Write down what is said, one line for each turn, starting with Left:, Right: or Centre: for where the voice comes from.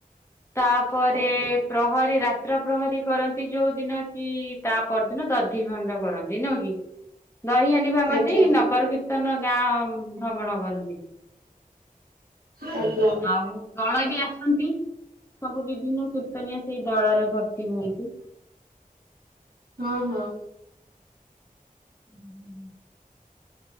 Left: ତାପରେ
Right: ଆଜ୍ଞା
Left: ପ୍ରହରୀ ରା ତ୍ର ପ୍ରହରୀ କରନ୍ତି ଯୋଉ ଦିନ କି ତା ପର ଦିନ ଦଧି ଖଣ୍ଡ କରନ୍ତି ନୁହୁଁ କି? ଦହିହାଣ୍ଡି ଭାଙ୍ଗନ୍ତି
Right: ଆଜ୍ଞା
Left: ନଗର କୀର୍ତ୍ତନ ଗାଁ ଭ୍ରମଣ କରନ୍ତି।
Right: ଆଜ୍ଞା।
Left: ଆଉ ଦଳ ବି ଆସନ୍ତି ସବୁ ବିଭିନ୍ନ କିର୍ତ୍ତନିଆ ସେଇ ଦଳରେ ଭର୍ତ୍ତି ହୁଅନ୍ତି।
Right: ହଁ ହଁ।
Left: ହୁଁ ହୁଁ।